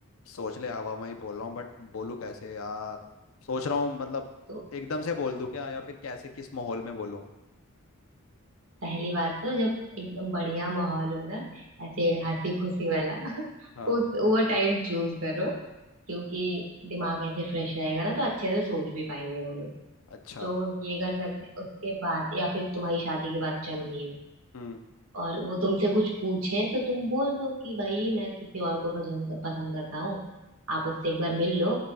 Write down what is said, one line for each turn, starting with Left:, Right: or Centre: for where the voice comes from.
Left: सोच ले हवा में ही बोल रहा हूँ बट बोलूँ कैसे यार सोच रहा हूँ मतलब
Right: तो
Left: एकदम से बोल दूँ क्या या फिर कैसे किस माहौल में बोलूँ
Right: पहली बात तो जब एकदम बढ़िया माहौल हो ना ऐसे हंसी खुशी वाला <laughs>
Left: हाँ
Right: उस वो टाइम चूज करो क्योंकि दिमाग ऐसे फ्रेश रहेगा ना तो अच्छे से सोच भी पाएंगे वो लोग
Left: अच्छा
Right: तो ये कर सकते उसके बाद या फिर तुम्हारी शादी के बाद चल रही हो
Left: हम्म
Right: और वो तुमसे कुछ पूछे तो तुम बोल दो कि भाई मैं किसी और को पसंद पसंद करता हूँ आप उससे एक बार मिल लो